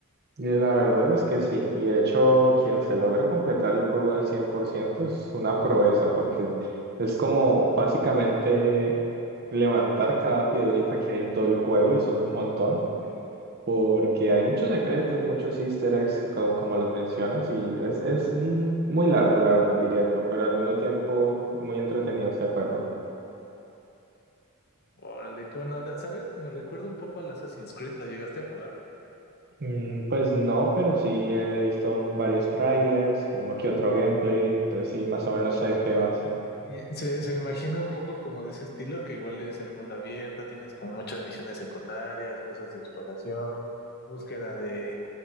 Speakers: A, on the right (about 45°); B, on the left (about 45°).
A: La verdad es que sí, y de hecho quien se logre completar el juego al 100% es una proeza, porque es como básicamente levantar cada piedrita que hay en todo el juego y son un montón, porque hay muchos secretos, muchos easter eggs, como, como los mencionas, y es, es mm, muy largo, la verdad, diría yo, pero al mismo tiempo muy entretenido este juego.
B: Órale, qué buena onda. ¿Sabes? Me recuerda un poco al Assassin's Creed, ¿lo llegaste a jugar?
A: Mm, Pues no, pero sí he visto varios trailers, uno que otro gameplay, entonces sí, más o menos sé de qué va, sí.
B: Y Se, se me imagina un poco como de ese estilo, que igual es el mundo abierto, tienes como muchas misiones secundarias, cosas de exploración, búsqueda de,